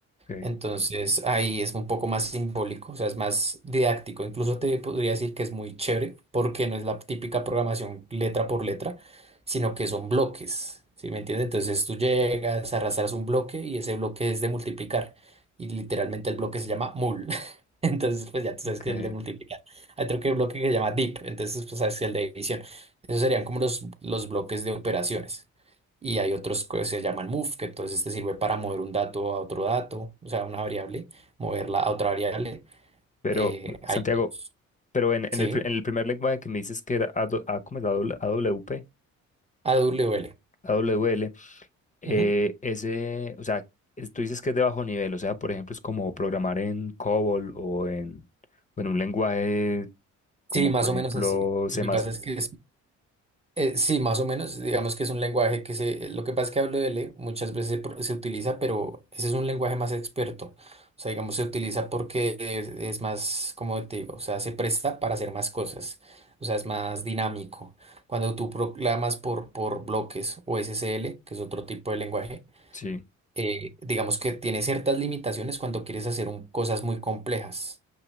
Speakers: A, on the left; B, on the right.
A: Okay,
B: Entonces ahí es un poco más simbólico, o sea, es más didáctico. Incluso te podría decir que es muy chévere porque no es la típica programación letra por letra, sino que son bloques, ¿sí me entiendes? Entonces tú llegas, arrastras un bloque y ese bloque es de multiplicar. Y literalmente el bloque se llama mul. <laughs> Entonces, pues ya tú
A: ok.
B: sabes que es el de multiplicar. Hay otro que bloque que se llama dip, entonces pues sabes que es el de división. Esos serían como los, los bloques de operaciones. Y hay otros que se llaman move, que entonces te sirve para mover un dato a otro dato, o sea, una variable, moverla a otra variable.
A: Pero,
B: Eh, hay,
A: Santiago,
B: otros,
A: pero en,
B: sí,
A: en el, pri- en el primer lenguaje que me dices que era AW, ah, ¿cómo es? AW, AWP,
B: A W l
A: AWL, eh,
B: Ujú.
A: ese, o sea, es- tú dices que es de bajo nivel, o sea, por ejemplo, es como programar en COBOL o en, o en un lenguaje como,
B: Sí, más
A: por
B: o
A: ejemplo,
B: menos así.
A: C++.
B: Lo que pasa es que Eh, sí, más o menos, digamos que es un lenguaje que se, eh, lo que pasa es que hablo de L muchas veces se, pro- se utiliza, pero ese es un lenguaje más experto. O sea, digamos, se utiliza porque es, es más, como te digo, o sea, se presta para hacer más cosas. O sea, es más dinámico. Cuando tú proclamas por, por bloques o SSL, que es otro tipo de lenguaje,
A: Sí,
B: eh, digamos que tiene ciertas limitaciones cuando quieres hacer un- cosas muy complejas.